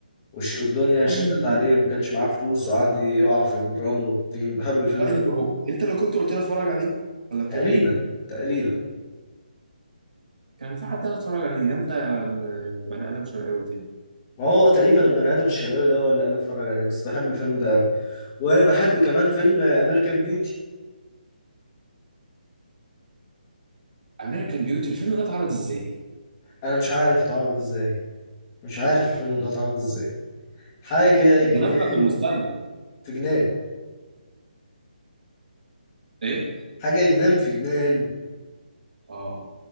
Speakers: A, on the left (about 15°); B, on the right (about 60°).
A: وش... والدنيا شتت
B: ايوه
A: عليه وما كانش معاه فلوس وقعد يقع في الرمل والطين بحب الفيلم
B: ايوه
A: ده
B: هو انت اللي كنت قلت لي اتفرج عليه ولا كان
A: تقريبا
B: مين؟
A: تقريبا
B: كان في حد قال اتفرج عليه انت يا ال- يا بني ادم شرقاوي تاني
A: ما هو تقريبا البني ادم الشرقاوي ده ولا اللي اتفرج عليه بس بحب الفيلم ده قوي وبحب كمان فيلم امريكان بيوتي
B: امريكان بيوتي الفيلم ده اتعرض ازاي؟
A: انا مش عارف اتعرض ازاي مش عارف الفيلم ده اتعرض ازاي حاجه جنان
B: تنبأ بالمستقبل
A: في جنان
B: ايه؟
A: حاجة جنان في جنان
B: اه